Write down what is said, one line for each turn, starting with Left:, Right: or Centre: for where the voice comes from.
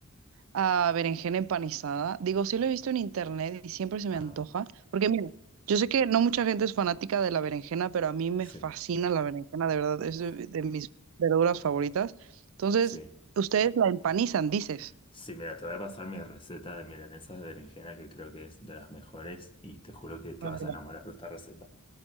Right: a berenjena empanizada. Digo, sí lo he visto en internet y siempre se
Left: Ajá,
Right: me antoja. Porque mira, yo sé que no mucha gente es fanática de la berenjena, pero a mí me
Left: sí,
Right: fascina la berenjena, de verdad,
Left: Uf.
Right: es de de mis verduras favoritas. Entonces,
Left: sí.
Right: ustedes la empanizan, dices.
Left: Sí, mira, te voy a pasar mi receta de milanesas de berenjena que creo que es de las mejores y te juro que te
Right: a
Left: vas
Right: ver,
Left: a enamorar
Right: va.
Left: de esta receta.